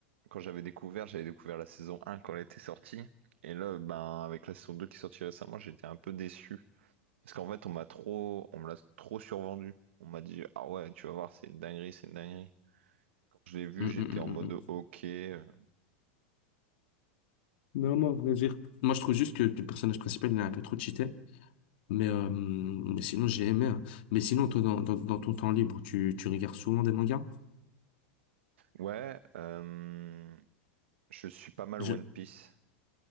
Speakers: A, on the right; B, on the left.
A: quand j'avais découvert, j'avais découvert la saison un quand elle était sortie. Et là, ben, avec la saison 2 qui est sortie récemment, j'étais un peu déçu. Parce qu'en fait, on m'a trop, on me l'a trop survendu. On m'a dit, ah ouais, tu vas voir, c'est une dinguerie, c'est une dinguerie. Quand je l'ai vu,
B: Hum,
A: j'étais
B: hum, hum,
A: en
B: hum,
A: mode
B: hum.
A: ok. euh,
B: Non, moi, à vrai dire. Moi, je trouve juste que le personnage principal, il est un peu trop cheaté. Mais, euh, mais sinon, j'ai aimé. hein. Mais sinon, toi, dans, dans, dans ton temps libre, tu, tu regardes souvent des mangas?
A: Ouais, euh, Je suis pas mal
B: Je...
A: One Piece.